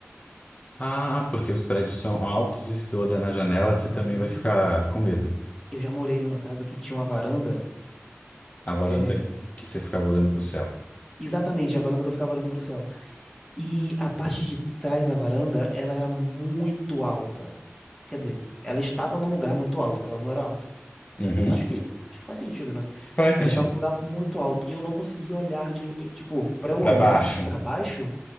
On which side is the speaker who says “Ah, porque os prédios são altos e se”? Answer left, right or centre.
Left